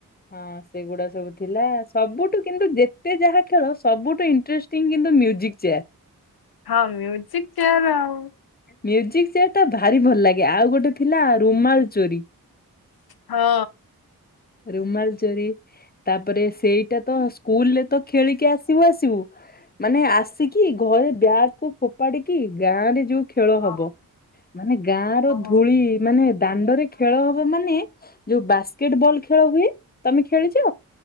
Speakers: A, on the left (about 25°); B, on the left (about 75°).
A: ହଁ ସେଗୁଡା ସବୁ ଥିଲା ସବୁଠୁ କିନ୍ତୁ ଯେ ତେ ଯାହା ଖେଳ ସବୁଠୁ ଇଟ୍ରେଷ୍ଟିଂ କିନ୍ତୁ ମ୍ୟୁଜିକ୍ ଚେୟାର୍।
B: ହଁ ମ୍ୟୁଜିକ ଚେୟାର ଆଉ।
A: ମ୍ୟୁଜିକ ଚେୟାର ଟା ଭାରି ଭଲ ଲାଗେ ଆଉ ଗୋଟେ ଥିଲା ରୁମାଲ ଚୋରି
B: ହଁ।
A: ରୁମାଲ ଚୋରି ତାପରେ ସେଇଟା ତ ସ୍କୁଲ ରେ ତ ଖେଳିକି ଆସିବୁ ଆସିବୁ ମାନେ ଆସିକି ଘରେ ବ୍ୟାଗକୁ ଫୋପାଡିକି ଗାଁ ରେ ଯୋଉ ଖେଳ
B: ଓହୋ
A: ହବ। ମାନେ ଗାଁ ର ଧୂଳି
B: ହଁ
A: ମାନେ ଦାଣ୍ଡରେ ଖେଳ ହବ ମାନେ ଯୋଉ ବାସ୍କେଟବଲ ଖେଳ ହୁଏ ତମେ ଖେଳିଚ।